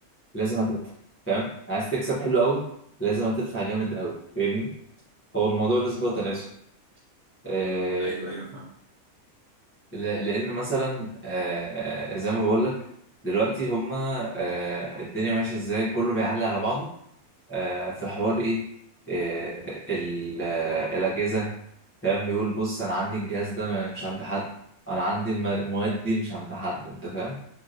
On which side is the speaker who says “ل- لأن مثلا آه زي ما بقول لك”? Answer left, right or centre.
Left